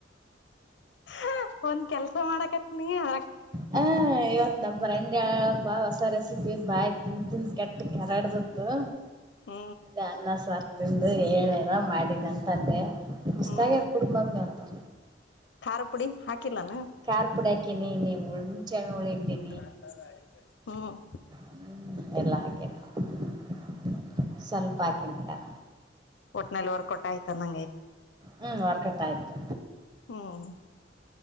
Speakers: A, on the left; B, on the right.
A: <unintelligible> ಒಂದ್ ಕೆಲ್ಸ ಮಾಡಕತೀನಿ ಅವ್
B: ಹಾ ಇವತ್ತ ನಮ್ಮ ಫ್ರೆಂಡ್ ಹೇಳಪ್ಪಾ ಹೊಸ ರೆಸಿಪಿ ಬಾಯಿ ತಿಂದುತಿಂದು ಕೆಟ್ ಕೇರದ್ದೂವುತು.
A: ಹ್ಮ
B: ಅನ್ನ ಸಾರ್ ತಿಂದು ಏನರ ಮಾಡಿತಂದ್ರೆ ಮಸ್ತಾಗದ
A: ಹ್ಮ್
B: ಬಿಡು ಮಮ್ಮಿ ಅಂತರ.
A: ಖಾರ ಪುಡಿ ಹಾಕಿಲ್ಲಾನು.
B: ಕಖಾರ್ ಪುಡಾಕಿನಿ ಉಂಸೇಉಳಿ ಅಕಿನಿ.
A: <unintelligible> ಹು
B: ಹ್ಮ್ ಎಲ್ಲ ಹಾಕಿನ <unintelligible> ಸ್ವಲ್ಪ ಅಕಿನಿ <unintelligible>
A: ಒಟ್ಟನಲ್ಲಿ ಒರ್ಕುಟ್ ಆಯ್ತ ಅಂನ್ದ ಆಯ್ತ.
B: ಹ್ಮ್ ವರ್ಕಟ್ಟ ಆಯ್ತು.
A: ಹ್ಮ